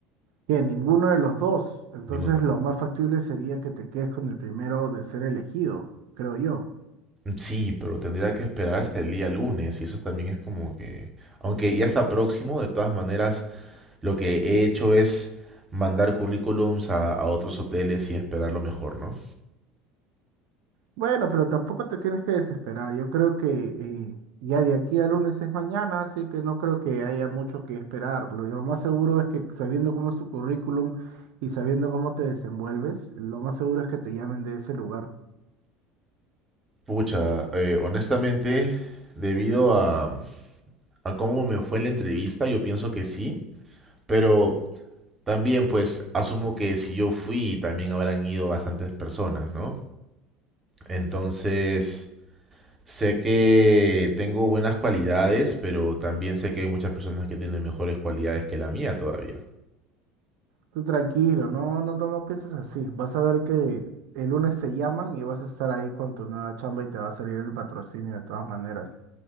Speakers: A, on the right; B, on the right.
A: Que ninguno de los dos. Entonces,
B: Ninguno.
A: lo más factible sería que te quedes con el primero de ser elegido, creo yo.
B: Sí, pero tendría que esperar hasta el día lunes y eso también es como que, aunque ya está próximo, de todas maneras, lo que he hecho es mandar currículums a, a otros hoteles y esperar lo mejor, ¿no?
A: Bueno, pero tampoco te tienes que desesperar. Yo creo que eh, ya de aquí al lunes es mañana, así que no creo que haya mucho que esperar. Lo, lo más seguro es que sabiendo cómo es tu currículum y sabiendo cómo te desenvuelves, lo más seguro es que te llamen de ese lugar.
B: Pucha, eh, honestamente, debido a, a cómo me fue la entrevista, yo pienso que sí, pero también pues asumo que si yo fui, también habrán ido bastantes personas, ¿no? Entonces, sé que tengo buenas cualidades, pero también sé que hay muchas personas que tienen mejores cualidades que la mía todavía.
A: Tú tranquilo, no, no, no, no pienses así. Vas a ver que el lunes te llaman y vas a estar ahí con tu nueva chamba y te va a salir el patrocinio de todas maneras.